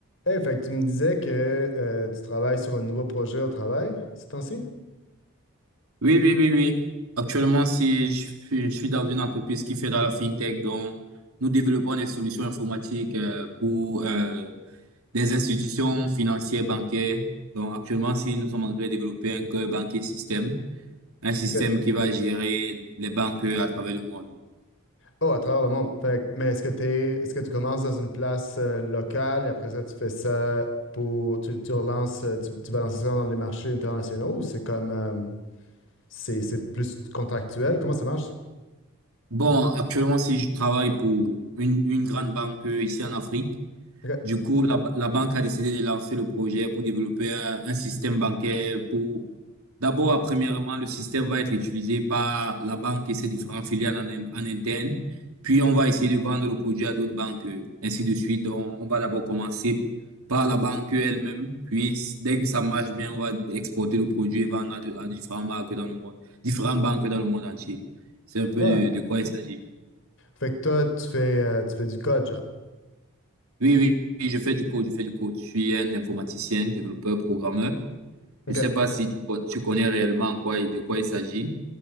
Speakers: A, on the left; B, on the right.
A: Hey, fait que tu me disais que euh, tu travailles sur un nouveau projet au travail ces temps-ci?
B: Oui, oui, oui, oui. Actuellement, si je, fais- je suis dans une entreprise qui fait dans la fintech, donc nous développons des solutions informatiques euh, pour euh, des institutions financières, bancaires. Donc actuellement, si nous sommes en train de développer un cœur banquier système, un système
A: Ok.
B: qui va gérer les banques euh, à travers le monde.
A: Oh, à travers le monde. Fait que- mais est-ce que t'es, est-ce que tu commences dans une place euh, locale et après ça, tu fais ça pour, tu, tu relances, euh, tu, tu vas lancer ça dans les marchés internationaux ou c'est comme, euh, c'est, c'est plus contractuel? Comment ça marche?
B: Bon, actuellement, si je travaille pour une, une grande banque euh, ici en Afrique,
A: OK.
B: du coup, la, la banque a décidé de lancer le projet pour développer un, un système bancaire pour D'abord, premièrement, le système va être utilisé par la banque et ses différentes filiales en, en interne. Puis, on va essayer de vendre le produit à d'autres banques, euh, ainsi de suite. Donc, on va d'abord commencer par la banque elle-même. Puis, dès que ça marche bien, on va exporter le produit et vendre à, de- à différentes marques dans le monde, différentes banques dans le monde entier. C'est un peu
A: Ah,
B: de, de quoi il s'agit.
A: fait que toi, tu fais, euh, tu fais du code, genre.
B: Oui, oui, oui, je fais du code, je fais du code. Je suis un informaticien, développeur, programmeur. Je
A: OK.
B: sais pas si tu, con- tu connais réellement en quoi, il- de quoi il s'agit.